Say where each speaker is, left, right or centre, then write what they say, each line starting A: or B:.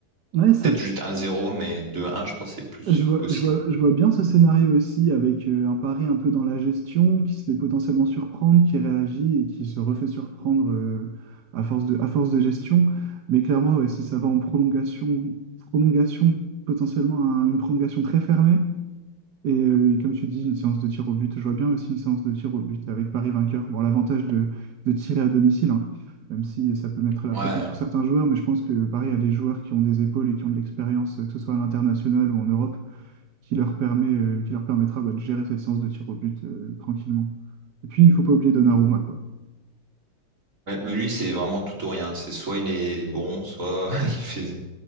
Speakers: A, on the right; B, on the right.
A: ouais, ça,
B: Peut-être juste 1-0, mais 2-1, je pense que c'est plus
A: je vois,
B: possible.
A: je vois, je vois bien ce scénario aussi avec euh, un pari un peu dans la gestion qui se fait potentiellement surprendre, qui réagit et qui se refait surprendre euh, à force de, à force de gestion. Mais clairement, ouais, si ça va en prolongation, prolongation potentiellement un- une prolongation très fermée, Et, euh, et comme tu dis, une séance de tir au but, je vois bien aussi une séance de tir au but avec Paris vainqueur. Bon, l'avantage de, de tirer à domicile, hein, même si ça peut mettre la
B: Ouais.
A: pression sur certains joueurs, mais je pense que Paris a des joueurs qui ont des épaules et qui ont de l'expérience, euh, que ce soit à l'international ou en Europe, qui leur permet, euh, qui leur permettra bah, de gérer cette séance de tir au but euh, tranquillement. Et puis, il ne faut pas oublier Donnarumma, quoi.
B: Ouais, mais lui, c'est vraiment tout ou rien. C'est soit il est bon, soit <laughs> il fait, il